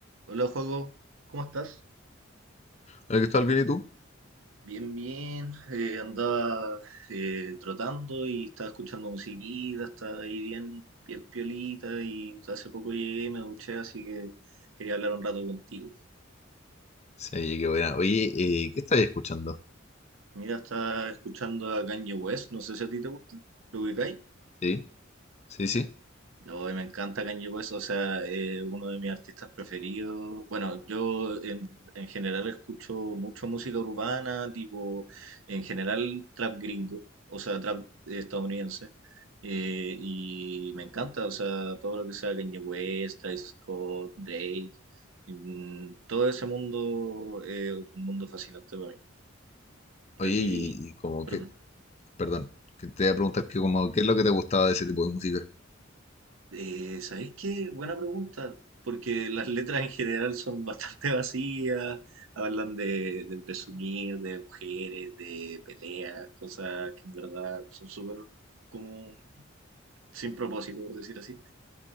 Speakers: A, on the right; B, on the left.
A: Hola, Juego, ¿cómo estás?
B: Hola, Cristóbal, ¿bien y tú?
A: Bien, bien. Eh, andaba eh, trotando y estaba escuchando musiquita, estaba ahí bien, bien piolita y hace poco llegué y me duché, así que quería hablar un rato contigo.
B: Sí, oye, qué buena. Oye, eh, ¿qué estáis escuchando?
A: Mira, estaba escuchando a Kanye West, no sé si a ti te gusta, ¿lo ubicáis?
B: Sí, sí, sí.
A: No, y me encanta Kanye West, o sea, eh, uno de mis artistas preferidos. Bueno, yo en, en general escucho mucho música urbana, tipo, en general trap gringo, o sea, trap estadounidense. eh, y me encanta, o sea, todo lo que sea Kanye West, Travis Scott, Drake, mm, todo ese mundo, eh, un mundo fascinante para mí.
B: Oye,
A: Y a
B: y,
A: ti,
B: y como
A: perdón.
B: que, perdón, que te voy a preguntar que como, ¿qué es lo que te gustaba de ese tipo de música?
A: Eh, ¿sabéis qué? Buena pregunta, porque las letras en general son bastante <laughs> vacías, hablan de, de presumir, de mujeres, de peleas, cosas que en verdad son súper como sin propósito, por decir así.